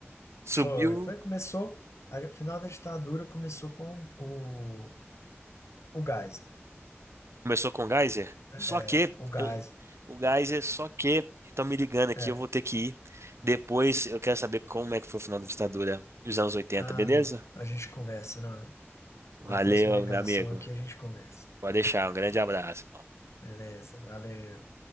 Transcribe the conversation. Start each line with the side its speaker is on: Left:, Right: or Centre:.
Right: subiu.
Left: foi. Foi, começou. A, o final da ditadura começou com o, o Geisel.
Right: Começou com o Geyser?
Left: É,
Right: Só que,
Left: o Geisel.
Right: eu- o Geyser, só que, estão me ligando aqui,
Left: é.
Right: eu vou ter que ir. Depois eu quero saber como é que foi o final da ditadura nos anos 80,
Left: Ah,
Right: beleza?
Left: não. A gente conversa na,
Right: Valeu,
Left: na próxima ligação
Right: meu amigo.
Left: aqui, a gente conversa.
Right: Pode deixar, um grande abraço.
Left: Beleza, valeu.